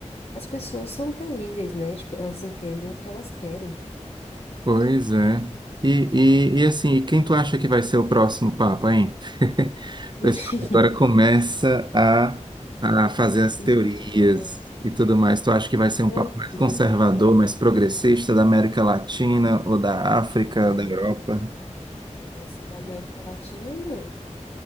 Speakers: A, on the left (about 55°); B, on the right (about 40°).
A: As pessoas são terríveis, né? Tipo, elas entendem o que elas querem.
B: Pois é. E, e, e assim, e quem tu acha que vai ser o próximo Papa, hein? <laughs> O
A: <laughs>
B: pessoal agora começa a, a fazer as
A: Então,
B: teorias e tudo mais. Tu acha que vai ser um
A: eu
B: Papa mais
A: vi.
B: conservador,
A: É,
B: mais progressista da América Latina ou da África,
A: ah,
B: da Europa?
A: eu acho que não vai ser da América Latina, não.